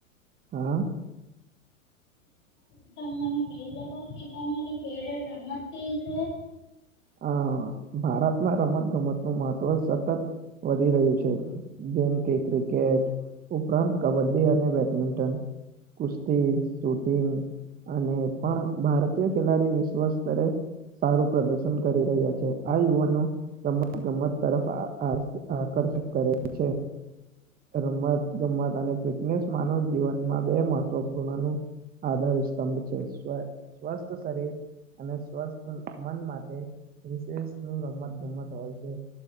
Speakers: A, on the right (about 20°); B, on the left (about 30°).
A: હા.
B: તમે મને કહી શકો કે તમારી ફેવરેટ રમત કઈ છે?
A: હ ભારતમાં રમતગમતનું મહત્વ સતત વધી રહ્યું છે જેમ કે ક્રિકેટ ઉપરાંત કબડ્ડી અને બેડમિન્ટન કુસ્તી, શૂટિંગ અને એ પણ ભારતીય ખેલાડી વિશ્વસ્તરે સારું પ્રદ ર્શન કરી રહ્યા છે આ યુવાનો રમતગમત તરફ આ આકર્ષિત કરે છે રમતગમત અને ફિટનેસ માનવ જીવનમાં બે મહત્વપૂર્ણનું આધાર સ્તંભ છે સ્વ સ્વસ્થ શરીર અને સ્વસ્થ મન માટે વિશેષનુ રમતગમત હોય છે